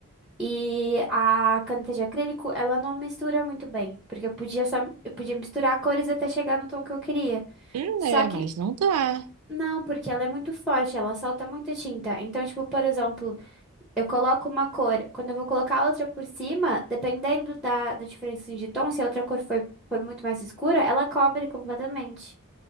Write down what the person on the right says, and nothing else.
Hum,
é,
mas não dá.